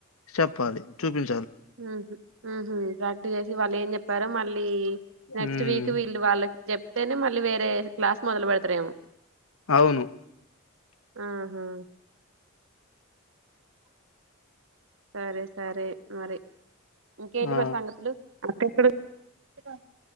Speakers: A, on the left; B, on the right.
A: చెప్పాలి చూపిం
B: ఉహ్ ఉహు ప్రాక్టీస్ చేసి వాళ్ళు ఏం చెప్ చెప్తారా మళ్ళీ నెక్స్ట్
A: ఉమ్
B: వీక్ వీళ్ళు వాళ్ళకి చెప్తేనె మళ్ళీ వేరే క్లాస్ మొదల్పేడతరేమో
A: అవును
B: ఆహా సరె సరే మరి ఇంకేటి
A: ఆ
B: మరి సంగతులు <inaudible> <inaudible>